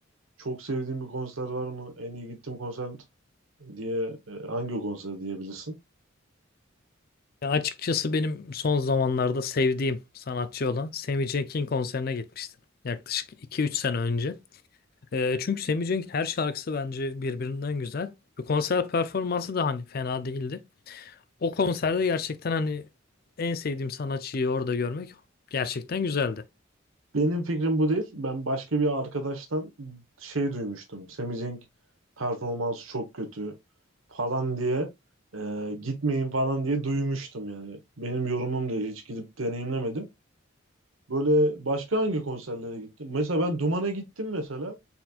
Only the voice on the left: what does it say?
Ya açıkçası benim son zamanlarda sevdiğim sanatçı olan Sammy Cenk'in konserine gitmiştim. Yaklaşık iki üç sene önce. Ee, çünkü Sammy Cenk'in her şarkısı bence birbirinden güzel. Ve konser performansı da hani fena değildi. O konserde gerçekten hani en sevdiğim sanatçıyı orada görmek gerçekten güzeldi.